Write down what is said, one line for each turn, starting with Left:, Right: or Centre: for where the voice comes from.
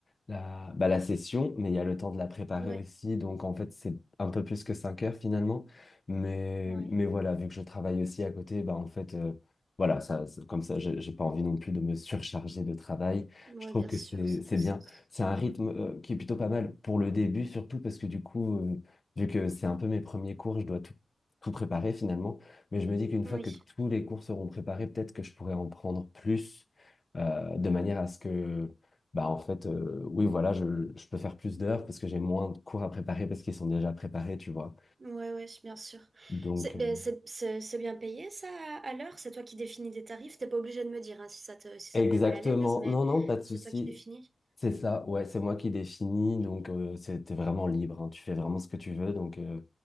Left: la, bah, la session, mais il y a le temps de la préparer
Right: Ouais,
Left: aussi, donc en fait, c'est un peu plus que 5 heures finalement. Mais,
Right: ouais.
Left: mais voilà, vu que je travaille aussi à côté, bah, en fait, euh, voilà, ça, ça- comme ça, j'ai j'ai pas envie non plus de me surcharger de travail.
Right: Ouais,
Left: Je trouve
Right: bien
Left: que
Right: sûr,
Left: c'est
Right: ça
Left: c'est
Right: fait
Left: bien.
Right: sens.
Left: C'est un rythme euh, qui est plutôt pas mal pour le début, surtout parce que du coup, euh, vu que c'est un peu mes premiers cours, je dois tout, tout préparer finalement. Mais je me dis qu'une
Right: Oui.
Left: fois que tous les cours seront préparés, peut-être que je pourrais en prendre plus euh, de manière à ce que, bah en fait, euh, oui, voilà, je, je peux faire plus d'heures parce que j'ai moins de cours à préparer parce qu'ils sont déjà préparés, tu vois.
Right: Ouais, ouais, bien sûr.
Left: Donc,
Right: C'est
Left: euh,
Right: ben, c'est- c'est- c'est bien payé, ça, à l'heure? C'est toi qui définis des tarifs. T'es pas obligé de me dire hein, si ça te, si
Left: exactement.
Right: ça te met mal à l'aise, mais
Left: Non, non, pas de souci.
Right: c'est toi qui définis.
Left: C'est ça, ouais, c'est moi qui définis, donc euh, c'est- t'es vraiment libre, hein, tu fais vraiment ce que tu veux, donc, euh,